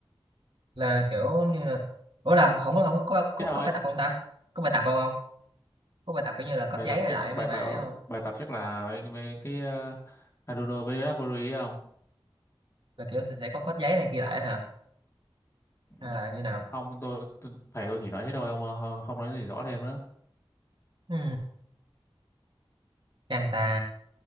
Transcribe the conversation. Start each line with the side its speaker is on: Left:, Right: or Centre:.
Right: là kiểu như là ủa là không có không có, có có
Left: thế thôi
Right: có bài tập không ta có bài tập không không có bài tập kiểu như là
Left: bài
Right: cóp giấy
Left: tập
Right: này
Left: chắc-
Right: lại
Left: bài
Right: mấy bài
Left: bài
Right: đấy không
Left: bài tập chắc là mấy, mấy cái ờ, Arduino với Raspberry ấy không
Right: là kiểu sẽ sẽ có cóp giấy này kia lại hả hay
Left: Ừ.
Right: là như nào
Left: không tôi, tôi thầy tôi chỉ nói thế thôi không không không nói gì rõ thêm nữa
Right: ừ. căng ta